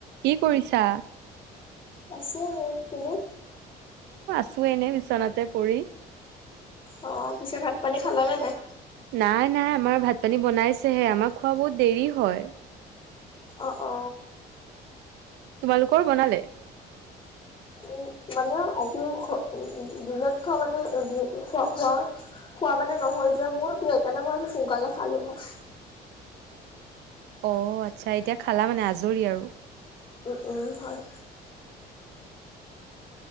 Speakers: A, on the right; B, on the left.
A: কি কৰিছা
B: আছে এনে তুমি
A: চোৱেইনে বিচনাতে পৰি
B: অ পিছে ভাত পানী খাল নে নাই
A: নাই নাই আমাৰ ভাত পানী বনাইছেহে আমাৰ খোৱা বহুত দেৰি হয়
B: অ অ
A: তোমালোকৰ বনালে
B: উ মানে আজি উ দিনত খোৱা মানে খোৱা খোৱা খোৱা মানে নহয় যে মোৰতো সেইকাৰণে মই আজি সোনকালে খালো ভাল
A: অ আচ্ছা এতিয়া খালা মানে আজৰি আৰু
B: উম উম হয়